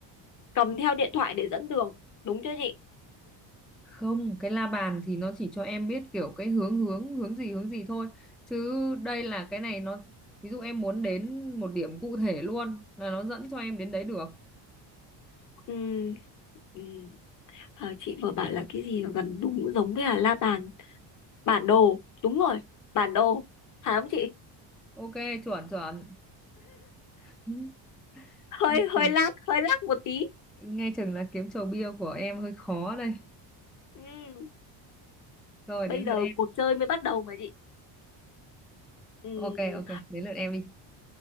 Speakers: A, on the left; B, in the centre.
A: cầm theo điện thoại để dẫn đường, đúng chưa chị?
B: không cái la bàn thì nó chỉ cho em biết kiểu cái hướng hướng hướng gì hướng gì thôi chứ đây là cái này nó ví dụ em muốn đến một điểm cụ thể luôn là nó dẫn cho em đến đấy được
A: Ừ. Ừ. Ờ, chị vừa bảo là cái gì mà gần đúng giống với là la bàn bản đồ đúng rồi bản đồ phải không chị
B: ok chuẩn chuẩn Ừ,
A: hơi
B: nghe chừng
A: hơi lag hơi lag một tí
B: nghe chừng là kiếm chầu bia của em hơi khó đây
A: ừ.
B: rồi
A: bây
B: đến
A: giờ
B: lượt em
A: cuộc chơi mới bắt đầu mà chị ừ.
B: ok ok đến lượt em đi